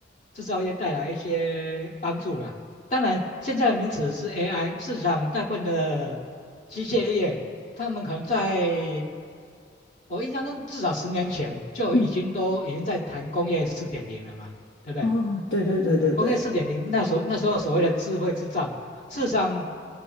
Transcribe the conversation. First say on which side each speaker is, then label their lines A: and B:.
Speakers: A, on the left; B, on the left.
A: 制造业带来一些帮助了。当然，现在的名词是 AI，市场大部分的机械业，他们可能在我印象中至少十年前就已经都已经在谈工业四点零了嘛，
B: 嗯，
A: 对不对？
B: 哦，对对对对对，
A: 工业四点零那时候那时候所谓的智慧制造，事实上